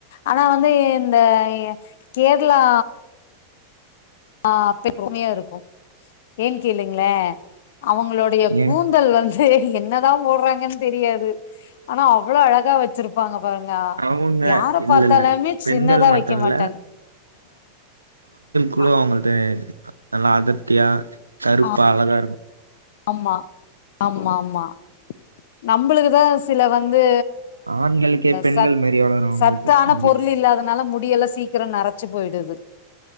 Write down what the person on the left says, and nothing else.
ஆனா வந்து இந்த கேரளா ஆ அப்ப பொறாமையா இருக்கு ஏன் இல்லைங்களே அவங்களுடைய
கூந்தல் வந்து என்னதா போடுறாங்கன்னு தெரியாது ஆனா அவ்வளோ அழகா வச்சிருப்பாங்க பாருங்க
யார
பார்த்தாலமே
சின்னதா
வைக்க
மாட்டாங்க ஆ
ஆ-
ஆமா ஆமா ஆமா நம்முளுக்குதா சில வந் து
சத்
சத்தான
பொருள் இல்லாதனால முடியெல்லா சீக்கிரோ நரச்சு போயிடுது